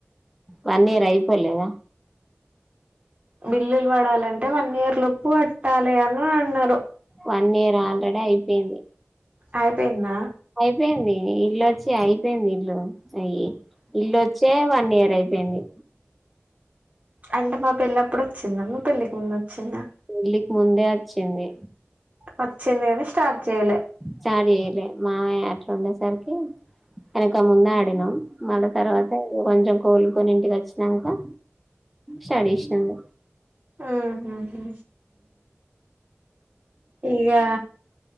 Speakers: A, in the centre; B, on the right (about 35°).
A: వన్ ఇయర్ అయిపోలేద
B: బిల్లులు పడాలంటే వన్ ఇయర్ లోపు కట్టాలె అని అన్నారు
A: వన్ ఇయరా ఆల్రెడీ అయిపోయింది
B: అయిపోయింద
A: అయిపోయింది ఇల్లుొచ్చి అయిపోయింది ఇల్లు అయ్యి ఇల్లుొచ్చే వన్ ఇయర్ అయిపోయింది
B: అంటే మా పెళ్లప్పుడు వచ్చిందా మీ పెళ్ళికి ముందు వచ్చిందా
A: పెళ్లికి ముందే వచ్చింది
B: వచ్చింది కాని స్టార్ట్ చేయలే
A: స్టార్ట్ చేయలే మావయ అట్ల ఉండే సరికి వెనక ముందే ఆడిగినాం మళ్ళా తర్వాత ఇంగ కొంచెం కోలుకొని ఇంటికి వచ్చినాక సరీ అనేషినాంగ
B: ఊహుహు ఇగా